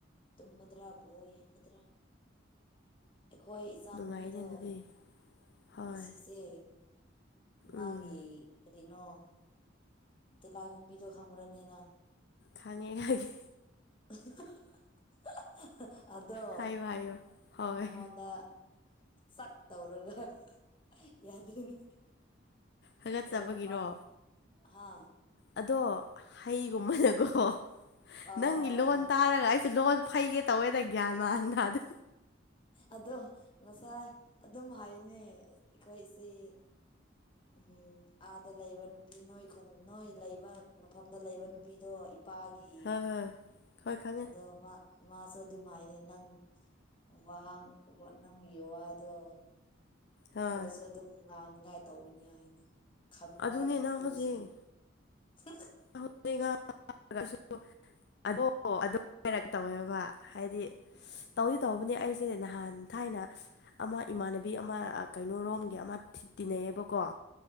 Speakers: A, on the left (about 25°); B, on the left (about 55°).
A: ꯇꯨꯝꯃꯗꯔꯥ ꯕꯣꯜ ꯌꯦꯡꯒꯗ꯭ꯔꯥ ꯑꯩꯈꯣꯏ ꯏꯆꯥꯅꯨꯄꯤꯗꯣ
B: ꯅꯨꯡꯉꯥꯏꯅꯦ ꯑꯗꯨꯗꯤ ꯍꯣꯏ
A: ꯉꯁꯤꯁꯦ ꯃꯥꯒꯤ
B: ꯎꯝ
A: ꯀꯔꯤꯅꯣ ꯇꯤꯂꯥꯏ ꯈꯨꯨꯨꯝꯕꯤꯗꯣ ꯈꯪꯕ꯭ꯔꯅꯦ ꯅꯪ
B: ꯈꯪꯉꯦ ꯈꯪꯉꯦ
A: <unintelligible> ꯑꯗꯣ
B: ꯍꯥꯏꯌꯣ ꯍꯥꯏꯌꯣ ꯍꯣꯏ
A: ꯃꯉꯣꯟꯗ ꯆꯥꯛ ꯇꯧꯔꯒ ꯌꯥꯗ꯭ꯔꯦꯅꯦ
B: ꯍꯥꯒꯠꯆꯕꯒꯤꯔꯣ
A: ꯂꯣꯏꯅꯃꯛ ꯍꯥ
B: ꯑꯗꯣ ꯍꯩꯒꯨꯝꯕꯅꯀꯣ
A: ꯑꯥ
B: ꯅꯪꯒꯤ
A: ꯑꯥ
B: ꯂꯣꯟ
A: ꯈꯪꯉꯤ
B: ꯇꯥꯔꯒ ꯑꯩꯁꯨ ꯂꯣꯟ ꯐꯩꯒꯦ ꯇꯧꯋꯦꯗ ꯒ꯭ꯌꯥꯟ ꯃꯥꯟ ꯇꯥꯗꯦ
A: ꯑꯗꯣ ꯉꯁꯥꯏ ꯑꯗꯨꯝ ꯍꯥꯏꯅꯦ ꯑꯩꯈꯣꯏꯁꯦ ꯎꯝ ꯑꯥꯗ ꯂꯩꯕ ꯅꯨꯄꯤ ꯅꯣꯏ ꯈꯨꯟ ꯅꯣꯏ ꯂꯩꯕ ꯃꯐꯝꯗ ꯂꯩꯕ ꯅꯨꯄꯤꯗꯣ ꯏꯄꯥ ꯒꯤ
B: ꯍꯣꯏ ꯍꯣꯏ ꯍꯣꯏ ꯈꯪꯉꯦ
A: ꯑꯗꯣ ꯃꯥ ꯃꯥꯁꯨ ꯑꯗꯨꯝꯃꯥꯏꯅ ꯅꯪ ꯋꯥꯡ ꯅꯪꯒꯤ ꯋꯥꯗꯣ
B: ꯍꯣꯏ
A: ꯑꯩꯈꯣꯏꯁꯨ ꯑꯗꯨꯝ ꯉꯥꯡꯅꯤꯉꯥꯏ ꯇꯧꯋꯤꯅꯤ ꯍꯥꯏꯅꯦ ꯈꯪꯕ
B: ꯑꯗꯨꯅꯦ ꯅꯪ
A: ꯑꯗꯨꯁꯨ
B: ꯍꯧꯖꯤꯛ
A: <inaudible>
B: <unintelligible> <unintelligible> ꯇꯧꯋꯦꯕ ꯍꯥꯏꯗꯤ
A: ꯎꯝ
B: ꯇꯧꯗꯤ ꯇꯧꯕꯅꯦ ꯑꯩꯁꯦ ꯅꯍꯥꯟ ꯊꯥꯏꯅ ꯑꯃ ꯏꯃꯥꯟꯅꯕꯤ ꯑꯃ ꯀꯩꯅꯣꯔꯣꯝꯒꯤ ꯑꯃ ꯇꯤꯟꯅꯩꯌꯦꯕꯀꯣ